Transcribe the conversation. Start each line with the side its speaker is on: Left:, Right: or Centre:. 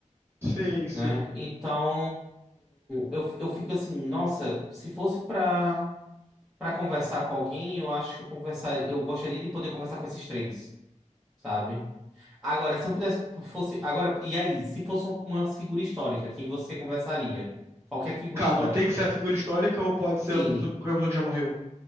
Right: Sim, sim.
Centre: né? Então, eu, eu fico assim, nossa, se fosse pra. Pra conversar com alguém, eu acho que eu conversar, eu gostaria de poder conversar com esses três, sabe? Agora, se eu pudesse fosse agora, e aí, se fosse uma uma figura histórica, quem você conversaria? Qualquer figura
Right: Calma,
Centre: histórica.
Right: tem que ser a figura histórica ou pode ser
Centre: Sim.
Right: uma pessoa, qualquer pessoa que já morreu?